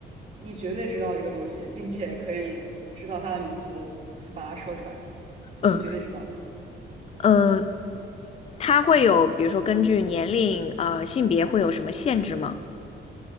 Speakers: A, on the right (about 35°); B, on the left (about 30°).
A: 你绝对知道这个东西，并且可以知道它的名词，把它说出来，你绝对知道。
B: 嗯。嗯，它会有，比如说根据年龄、呃性别会有什么限制吗？